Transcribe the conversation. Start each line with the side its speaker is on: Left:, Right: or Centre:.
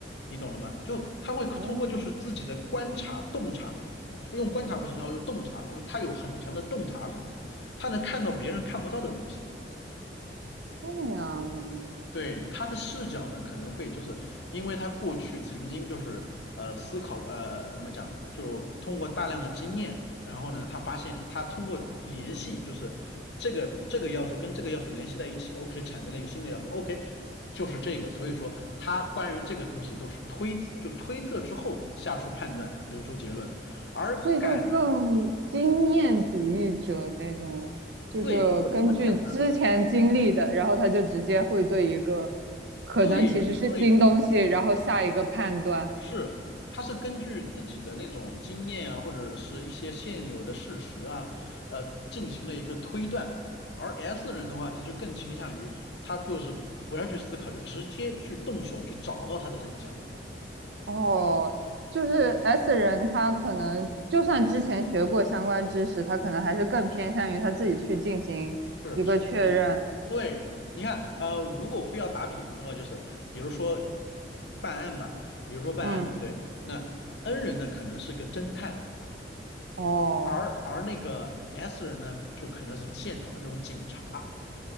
Left: 你懂了吗？就他会通过就是自己的观察洞察，
Right: 哦，
Left: 嗯不用观察不行，要有洞察，就是他有很强的洞察力，他能看到别人看不到的东西。
Right: 这样啊，
Left: 对，他的视角呢，可能会就是因为他过去曾经就是呃思考呃怎么讲，就通过大量的经验，然后呢，他发现他通过联系就是这个这个要素跟这个要素联系在一起，OK 产生了一个新的要素，OK 就是这个，所以说他关于这个东西都是推就推测之后下出判断得出结论，而感
Right: 所以就更经验主义者那种，就是根据之前经历的，
Left: 对就怎么讲呢？
Right: 然后他就直接会对一个可能其实是新东西，
Left: 对对
Right: 然后下一个判断。
Left: 是，他是根据自己的那种经验啊，或者是一些现有的事实啊，呃，进行了一个推断。而 S 人的话，他就更倾向于他就是不要去思考，就直接去动手去找到他的真相。
Right: 哦，就是 S 人，他可能就算之前学过相关知识，他可能还是更偏向于他自己去进行一个确认。
Left: 是，实际。对，你看，呃，如果我非要打比方的话，就是比如说嗯办案吧，比如说办案，
Right: 嗯，
Left: 对不对？那 N 人呢，可能是个侦探，
Right: 哦，
Left: 而而那个 S 人呢，就可能是现场的那种警察。